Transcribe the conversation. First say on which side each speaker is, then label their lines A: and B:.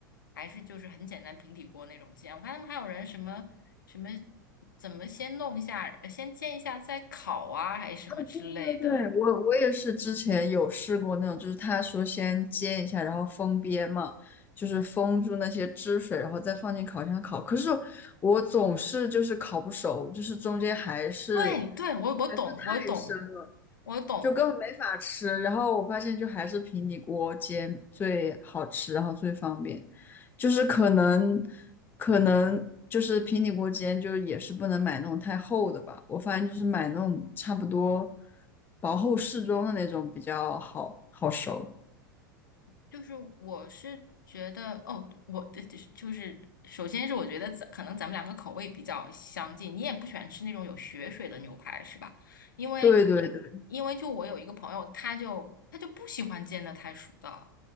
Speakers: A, on the left; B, on the left.
A: 还是就是很简单平底锅那种煎。我看他们还有人什么什么，怎么先弄一下，呃先煎一下再烤啊，还是什么之类的。
B: 对对对，我我也是之前有试过那种，就是他说先煎一下，然后封边嘛，就是封住那些汁水，然后再放进烤箱烤。可是我总是就是烤不熟，就是中间还是。
A: 对对，我我懂，
B: 太
A: 我懂，我懂。
B: 就根本没法吃。然后我发现，就还是平底锅煎最好吃，然后最方便。就是可能，可能就是平底锅煎，就也是不能买那种太厚的吧。我发现就是买那种差不多薄厚适中的那种比较好好熟。
A: 就是我是觉得哦，我的就是首先是我觉得咱可能咱们两个口味比较相近，你也不喜欢吃那种有血水的牛排是吧？因为
B: 对对对，
A: 因为就我有一个朋友，他就他就不喜欢煎的太熟的，